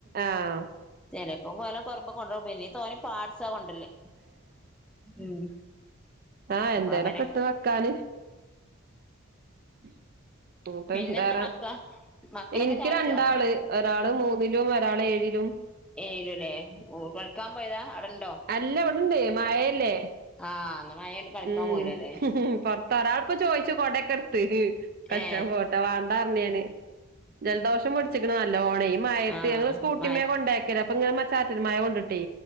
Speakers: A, on the right (about 40°); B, in the centre.
A: ആഹ്
B: ചെലപ്പം വെല കൊറമ്പ കൊണ്ടൊരു പിന്നീ തോനീ പാട്സാ കൊണ്ടര്ല് ഉം
A: ആഹ
B: അപ്പൊ
A: എന്തേലൊക്കെട്ട്
B: അങ്ങനെ
A: വെക്കാാന് <unintelligible>
B: പിന്നെന്താ
A: വേറെ
B: മക്ക മക്കളൊക്കെ
A: ഇൻക്ക്
B: ചായ കുടിച്ചോ
A: രണ്ടാള് ഒരാള് മൂന്നിലും ഒരാള് ഏഴിലും
B: ഏയില് ലെ ഉം കള്ക്കാൻ പോയതാ ഔടേണ്ടോ
A: അല്ല ഇവിടെണ്ട് മഴല്ലേ
B: ആഹ് ഇന്ന് മഴയായോണ്ട് കളിക്കാൻ
A: ഉം
B: പോയില്ലല്ലേ
A: <unintelligible> <unintelligible> ചോയിിച്ചു കൊടക്കെട് ത്ത് കളിച്ചാ
B: ഏ
A: പോട്ടെ വാണ്ടാറ്ഞ്ഞ് ഞാന് ജലദോഷം പിടിച്ചിക്ക്ണ് നല്ലോണെ മയത്ത്
B: ആഹ്
A: ഞങ്ങള് സ്കൂട്ടി
B: മഴ
A: മേ കൊണ്ടാക്കല്ല അപ്പ ഇങ്ങെനെ മ ചാറ്റൽ മഴ കൊണ്ടിട്ടേ